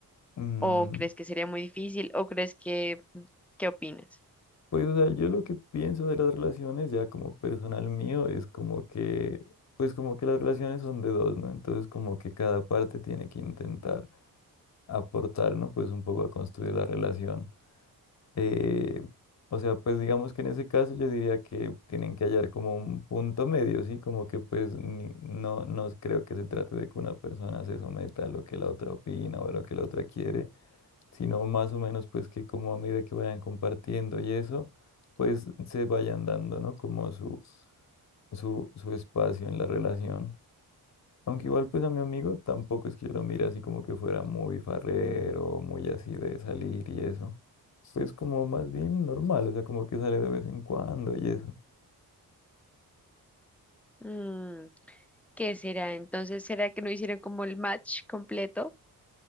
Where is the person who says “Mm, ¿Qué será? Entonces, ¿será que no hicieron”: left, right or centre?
Centre